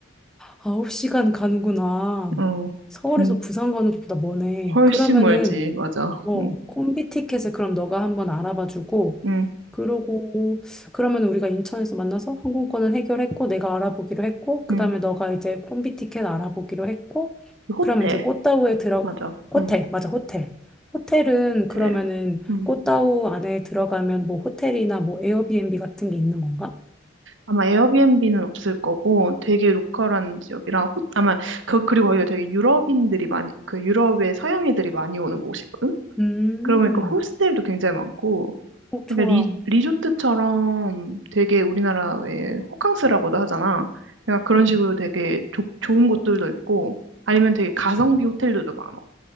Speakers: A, in the centre; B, on the right (about 65°).
A: 9시간 가는구나.
B: 어.
A: 서울에서
B: 진
A: 부산 가는 것보다 머네.
B: 훨씬
A: 그러면은,
B: 멀지. 맞아.
A: 어,
B: 응.
A: 콤비 티켓을 그럼 너가 한번 알아봐주고,
B: 응.
A: 그러고 그러면 우리가 인천에서 만나서 항공권은 해결했고 내가 알아보기로 했고 그다음에
B: 응.
A: 너가 이제 콤비 티켓 알아보기로 했고
B: 호텔.
A: 그러면 이제 꽃다우에 들어
B: 맞아.
A: 호텔
B: 응.
A: 맞아 호텔 호텔은
B: 호텔.
A: 그러면은
B: 응.
A: 꽃다우 안에 들어가면 뭐 호텔이나 뭐 에어비앤비 같은 게 있는 건가?
B: 아마 에어비앤비는 없을 거고 되게 로컬한 지역이랑 호, 아마 그, 그리고 거기가 되게 유럽인들이 많이 그 유럽의 서양인들이 많이 오는 곳이거든.
A: 음,
B: 그러고 보니까 호스텔도 굉장히 많고
A: 어,
B: 그러니까
A: 좋아.
B: 리, 리조트처럼 되게 우리나라의 호캉스라고도 하잖아. 그러니까 그런
A: 음,
B: 식으로 되게 조, 좋은 곳들도 있고 아니면 되게 가성비 호텔들도 많아.